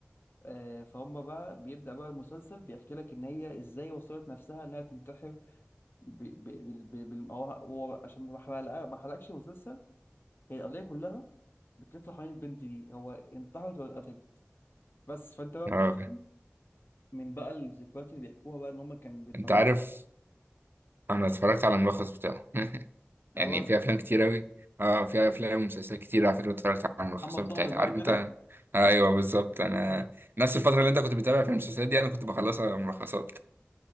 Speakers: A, on the left; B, on the right.
A: آه، فهم بقى بيبدأ بقى المسلسل بيحكي لك إن هي إزاي وصلت نفسها إنها تنتحر ب... ب... ب... ب... ب... هو هو بقى- عشان ما حرق- ما حرقش المسلسل هي القضية كلها بتلف حوالين البنت دي هو انتحرت ولا اتقتلت بس فأنت بقى
B: اه
A: بتفهم
B: أوكي.
A: من بقى الذكريات اللي بيحكوها بقى ان هم كانوا بيتنمروا
B: انت عارف انا اتفرجت على الملخص بتاعه <laughs> يعني
A: يا راجل
B: في افلام كتير اوي اه في افلام ومسلسلات كتير على فكره اتفرجت على الملخصات
A: محمد طاهر
B: بتاعتها
A: بقى
B: عارف
A: وكده
B: انت ايوه بالظبط انا
A: <laughs>
B: نفس الفتره اللي انت كنت بتتابع فيها المسلسلات دي انا كنت بخلصها ملخصات